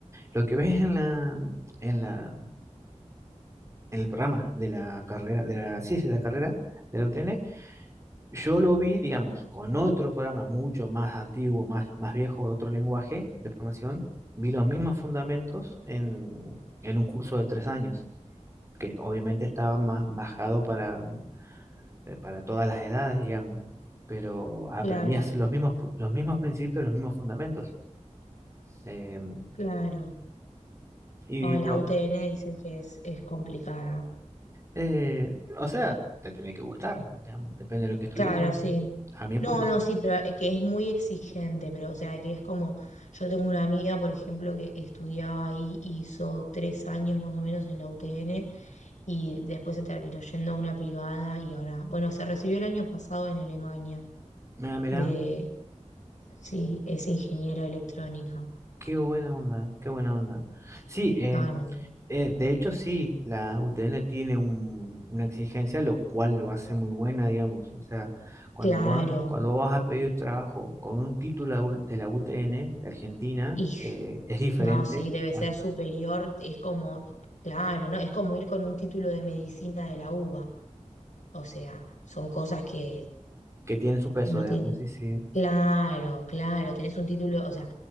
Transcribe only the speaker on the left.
Claro,
claro.
O
la UTN dice que es, es complicada.
Claro,
sí.
No,
no, sí, pero eh, que es muy exigente, pero o sea, que es como, yo tengo una amiga, por ejemplo, que estudiaba ahí, hizo tres años más o menos en la UTN y después se terminó yendo a una privada y ahora, bueno, se recibió el año pasado en Alemania
de, sí, es ingeniera electrónica.
Claro,
claro.
Y
no, sí, debe
ser superior, es como, claro, ¿no? Es como ir con un título de medicina de la UBA. O sea, son cosas que
no
tienen...
Claro, claro, tenés un título, o sea,